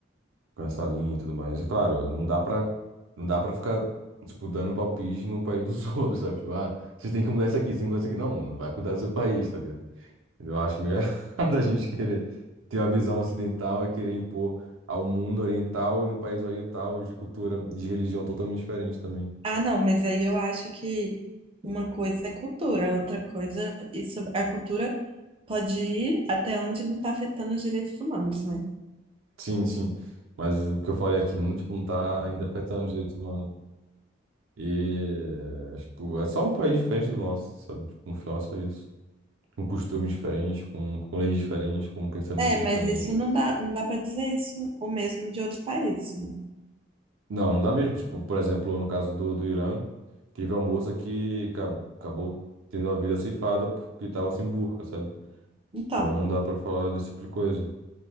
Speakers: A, on the right; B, on the right.
A: com essa linha e tudo mais. É claro, não dá pra, não dá pra ficar, tipo, dando palpite num país dos <laughs> outros, sabe? Tipo, ah, vocês têm que mudar isso aqui, vocês têm que mudar isso aqui. Não, vai cuidar do seu país, tá ligado? Eu acho meio <laughs> errado a gente querer ter uma visão ocidental e querer impor ao mundo oriental e no país oriental de cultura, de religião totalmente diferente também.
B: Ah, não, mas aí eu acho que uma coisa é cultura, outra coisa, isso, a cultura pode ir até onde não está afetando os direitos humanos, né?
A: Sim, sim. Mas o que eu falei aqui não, tipo, não tá ainda afetando os direitos humanos. E, tipo, é só um país diferente do nosso, sabe? Tipo, no final é só isso. com costumes diferentes, com, com leis diferentes, com pensamentos
B: É, mas
A: diferentes.
B: isso não dá, não dá para dizer isso o mesmo de outros países, né?
A: Não, não dá mesmo. Tipo, por exemplo, no caso do, do Irã, teve uma moça que ca- acabou tendo a vida ceifada porque estava sem burca, sabe?
B: Então.
A: Então não dá pra falar desse tipo de coisa.